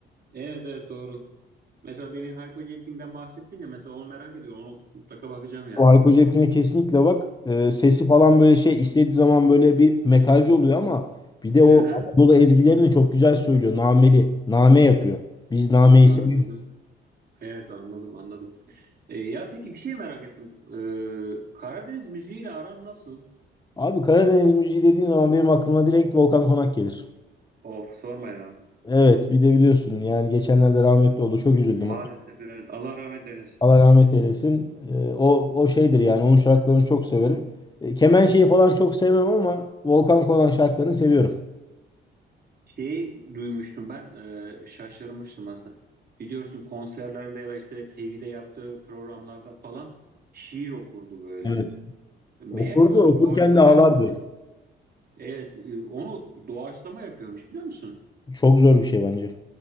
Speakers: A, on the right; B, on the left.
A: Evet evet doğru. Mesela demin Hayko Cepkin'den bahsettin ya mesela onu merak ediyorum. Onu mutlaka bakacağım yani.
B: O Hayko Cepkin'e kesinlikle bak. Ee, sesi falan böyle şey istediği zaman böyle bir metalci oluyor ama bir de
A: Hı-hı.
B: o Anadolu ezgilerini çok güzel söylüyor. Nameli. Name yapıyor. Biz nameyi
A: Anladım.
B: severiz.
A: Evet anladım anladım. E, ya peki bir şey merak ettim. Ee, Karadeniz müziğiyle aran nasıl?
B: Abi Karadeniz müziği dediğin zaman benim aklıma direkt Volkan Konak gelir.
A: Of sorma ya.
B: Evet bir de biliyorsun yani geçenlerde rahmetli oldu. Çok üzüldüm.
A: Maalesef
B: ona.
A: evet. Allah rahmet eylesin.
B: Allah rahmet eylesin. Ee, o, o şeydir yani onun şarkılarını çok severim. E, Kemençeyi falan çok sevmem ama Volkan Konak şarkılarını seviyorum.
A: Şey duymuştum ben e, şaşırmıştım aslında. Biliyorsun konserlerinde ya da işte TV'de yaptığı programlarda falan şiir okurdu böyle.
B: Evet.
A: Meğerse
B: Okurdu
A: onu
B: okurken
A: doğaçlama
B: de ağlardı.
A: yapıyormuş. Evet e, onu doğaçlama yapıyormuş biliyor musun?
B: Çok zor bir şey bence.